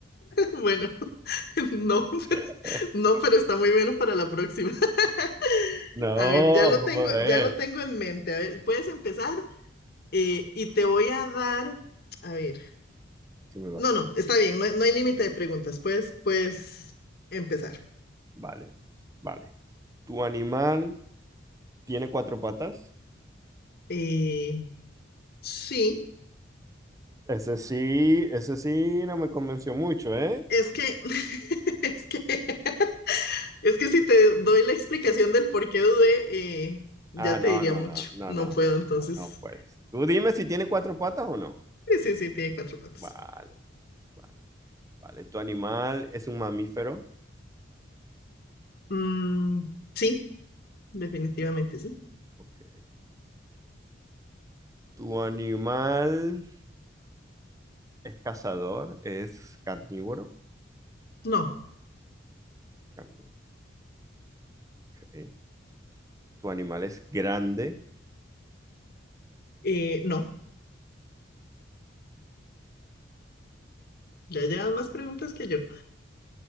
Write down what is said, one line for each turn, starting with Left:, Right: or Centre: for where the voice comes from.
Left: Bueno, <laughs> no, <laughs>
Right: <laughs>
Left: no, pero está muy bueno para la próxima. <laughs>
Right: No,
Left: A ver, ya lo tengo,
Right: joder.
Left: ya lo tengo en mente. A ver, puedes empezar eh, y te voy a dar, a ver,
Right: ¿Qué me vas
Left: no,
Right: a-
Left: no, está bien, no, no hay límite de preguntas. Puedes, puedes empezar.
Right: Vale, vale. ¿Tu animal tiene cuatro patas?
Left: Eh, sí,
Right: Ese sí, ese sí no me convenció mucho, ¿eh?
Left: es que, <laughs> es que, <laughs> es que si te doy la explicación del por qué dudé, eh, ya
Right: Ah, no,
Left: te diría
Right: no,
Left: mucho.
Right: no. no,
Left: No
Right: no, no,
Left: puedo,
Right: no,
Left: entonces.
Right: no, no puedes. Tú dime si tiene cuatro patas o no.
Left: Sí, sí, sí, tiene cuatro patas.
Right: Vale, vale, vale. ¿Tu animal es un mamífero?
Left: Mm, sí, definitivamente sí.
Right: Ok. ¿Tu animal es cazador? ¿Es carnívoro?
Left: No,
Right: Carn- Ok. Tu animal es grande.
Left: eh, no. Ya llevas más preguntas que yo.